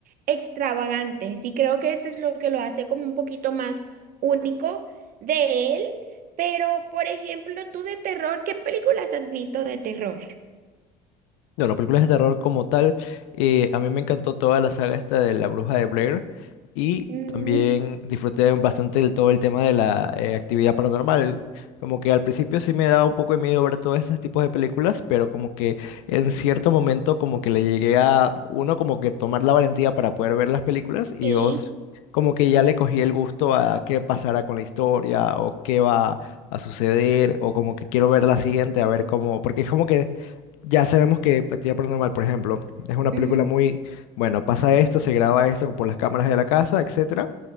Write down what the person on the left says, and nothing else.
No, las películas de terror como tal, eh, a mí me encantó toda la saga esta de La Bruja de Blair y
también disfruté bastante el, todo el tema de la eh, actividad paranormal. Como que al principio sí me daba un poco de miedo ver todos estos tipos de películas, pero como que en cierto momento como que le llegué a, uno, como que tomar la valentía para poder ver las películas y
dos, como que ya le cogí el gusto a qué pasará con la historia o qué va a suceder o como que quiero ver la siguiente, a ver cómo, porque es como que... Ya sabemos que Actividad Paranormal, por ejemplo, es una película
muy, bueno, pasa esto, se graba esto por las cámaras de la casa, etcétera,